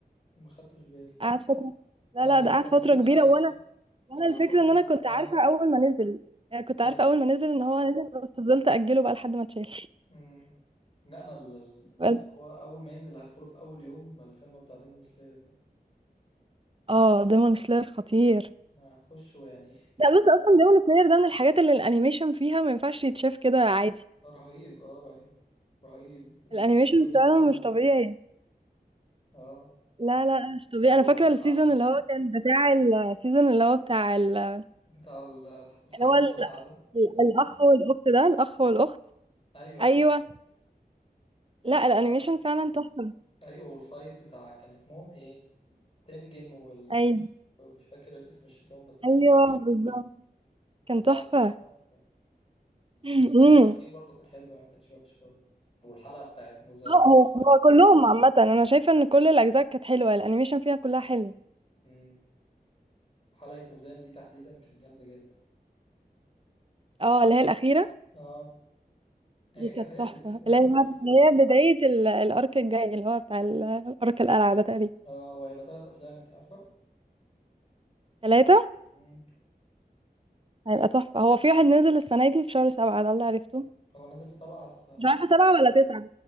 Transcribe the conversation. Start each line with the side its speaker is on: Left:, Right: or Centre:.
Left: ما خدتش بالي
Right: قعد فترة
Left: انا
Right: لا
Left: أنا
Right: لا
Left: اللي
Right: ده
Left: مستنيه
Right: قعد فترة
Left: بقى
Right: كبيرة وانا وانا
Left: اللي
Right: الفكرة
Left: هخش
Right: ان
Left: س-
Right: انا كنت
Left: اه
Right: عارفة اول ما نزل يعني كنت
Left: اي
Right: عارفة اول ما نزل ان هو نزل بس فضلت اجله بقى لحد ما اتشال
Left: امم لا انا ال- ال-
Right: بس
Left: اللي هو اول ما ينزل هدخله في اول يوم الفيلم بتاع ديمون سلاير ده
Right: اه ديمون سلاير خطير
Left: انا هخشه يعني
Right: لا بس اصلا ديمون سلاير ده من الحاجات اللي الانيميشن فيها ما ينفعش يتشاف كده عادي
Left: <laughs> رهيب اه رهيب رهيب الاستوديو
Right: الانيميشن فعلا
Left: بتاعهم
Right: مش طبيعي
Left: اه
Right: لا لا مش طبيعي
Left: والقصة
Right: انا فاكرة السيزون
Left: على فكرة
Right: اللي هو كان بتاع السيزون اللي هو بتاع ال-
Left: بتاع ال- الحي
Right: اللي هو
Left: المتعة
Right: ال-
Left: ده
Right: الاخ والاخت ده الاخ والاخت
Left: ايوه
Right: ايوه
Left: ايوه بتاع
Right: لا الانيميشن فعلا تحفه
Left: ايوه والفايت بتاع كان اسمهم ايه تنجن ولا
Right: ايوه
Left: مش مش فاكر الاسم الشيطان بس كان
Right: ايوه
Left: جامد
Right: بالظبط كان
Left: لا
Right: تحفه
Left: لا كان تحفة يعني.
Right: <laughs>
Left: والسيزون
Right: امم
Left: الأخير برضو كان حلو يعني ما كانش وحش خالص والحلقة بتاعت موزان
Right: اه
Left: دي
Right: هو هو كلهم عامه انا شايفه ان كل الاجزاء كانت حلوه الانيميشن فيها كلها حلو
Left: مم. حلقة موزان دي تحديدا كانت جامدة جدا
Right: اه اللي هي الاخيره
Left: اه هي
Right: دي
Left: كانت
Right: كانت
Left: هي
Right: تحفه
Left: بالسيزون
Right: اللي
Left: كله
Right: هي بقى-
Left: أصلا
Right: اللي هي بدايه ال- الارك الجاي اللي هو بتاع ال- ارك القلعه ده تقريبا
Left: اه هو هيبقى ثلاث أفلام أنت عارفة؟
Right: ثلاثه
Left: مم.
Right: هيبقى تحفه هو في واحد نزل السنه دي في شهر سبعه ده اللي عرفته
Left: هو نازل في سبعة في,
Right: مش عارفة
Left: في
Right: سبعة
Left: اليابان
Right: ولا تسعة